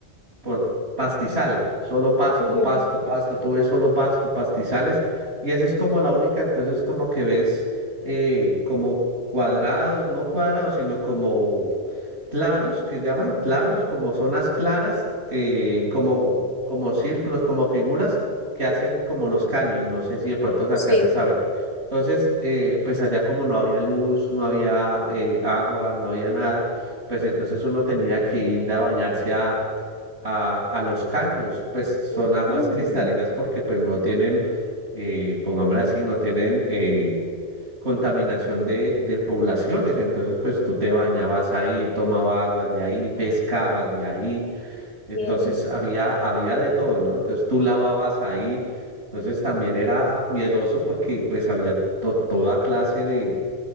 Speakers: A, on the right; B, on the left.
A: por pastizal, solo pasto,
B: Ujú,
A: pasto, pasto, tú ves solo pasto, pastizales, y esa es como la única, entonces como que ves eh, como cuadrados, no cuadrados, sino como claros, que llaman claros, como zonas claras, eh, como, como círculos, como figuras que hacen como los caños, no sé si de pronto se
B: Sí.
A: alcanzas a ver. Entonces, eh, pues allá como no había luz, no había eh, agua, no había nada, pues entonces uno tenía que ir a bañarse a a, a los caños, pues son
B: Ujú,
A: aguas cristalinas porque pues no tienen, eh, pongámoslo así, no tienen eh, contaminación de, de poblaciones, entonces pues tú te bañabas ahí, tomabas aguas de ahí, pescabas de ahí, entonces
B: bien.
A: había, había de todo, ¿no? Entonces tú lavabas ahí, entonces también era miedoso porque pues había to- toda clase de